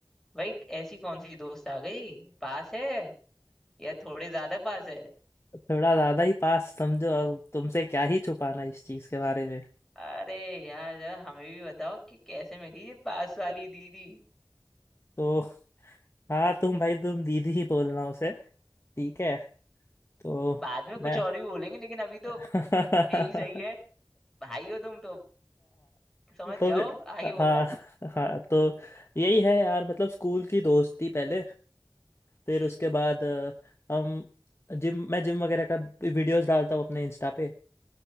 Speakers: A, in the centre; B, on the left.
A: भाई ऐसी कौन सी दोस्त आ गई पास है या थोड़े ज्यादा पास है
B: थोड़ा ज़्यादा ही पास समझो अब तुमसे क्या ही छुपाना इस चीज़ के बारे में
A: अरे यार जरा हमें भी बताओ कि कैसे मिली ये पास वाली दीदी
B: तो हाँ तुम भाई तुम दीदी ही बोलना उसे ठीक है तो
A: बाद में कुछ
B: मैं
A: और भी बोलेंगे लेकिन अभी तो
B: <laughs>
A: यही सही है
B: हाँ
A: भाई हो तुम तो समझ
B: तो
A: जाओ
B: फिर-
A: आगे
B: हाँ
A: बताओ
B: हाँ तो यही है यार मतलब स्कूल की दोस्ती पहले फिर
A: हम्म
B: उसके बाद अ, हम जिम मैं जिम वगैरह का वीडियोस डालता हूँ अपने इंस्टा पे